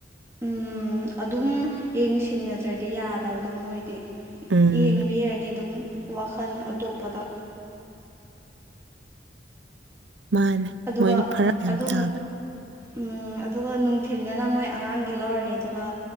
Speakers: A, on the right; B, on the right.
A: ꯎꯝ ꯑꯗꯨꯝ ꯌꯦꯡꯁꯤꯟꯅꯗ꯭ꯔꯗꯤ ꯌꯥꯗꯕꯗꯣ ꯃꯣꯏꯗꯤ
B: ꯎꯝ
A: ꯌꯦꯡꯕ ꯌꯥꯏꯗꯤ ꯑꯗꯨꯝ ꯋꯥꯈꯜ ꯑꯇꯣꯞꯄꯗ
B: ꯃꯥꯅꯦ
A: ꯑꯗꯨꯒ
B: ꯃꯣꯏꯗꯤ ꯐꯔꯛ ꯌꯥꯝ
A: ꯑꯗꯨ
B: ꯇꯥꯕ
A: ꯎꯝ ꯑꯗꯨꯒ ꯅꯨꯡꯊꯤꯤꯟꯗꯅ ꯃꯣꯏ ꯑꯉꯥꯡꯒꯤ ꯂꯧꯔꯅꯤ ꯑꯗꯨꯒ